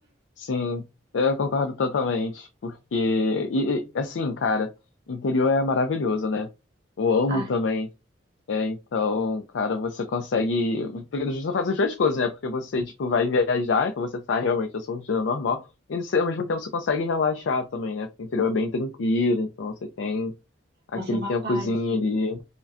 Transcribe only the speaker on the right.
Ai,
nossa, é uma
paz.